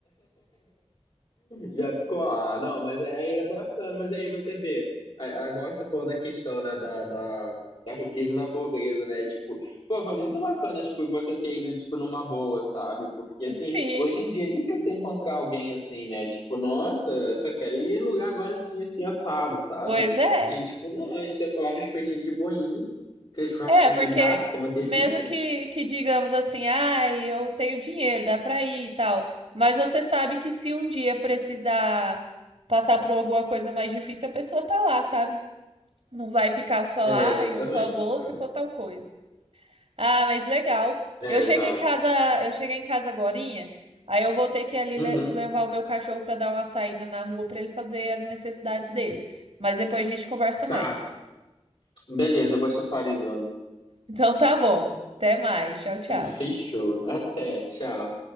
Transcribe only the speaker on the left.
Já ficou, ah, não, mas é, aí é bacana, mas aí você vê, a- a- agora você falou da questão, né, da, da, da riqueza na pobreza, né, tipo, pô, foi muito bacana, tipo, você ter ido, tipo, numa boa, sabe, porque, assim,
hoje em dia é difícil encontrar alguém assim, né, tipo, nossa, eu só quero ir em lugar agora assim, assim, assado, sabe,
e, tipo, não, aí você ia falar no espetinho de boinha, aquele churrasquinho
de gato, que é uma delícia,
é,
exatamente,
cara,
é,
exato,
uhum,
tá,
beleza, eu vou te atualizando.
Fechou. Até, tchau.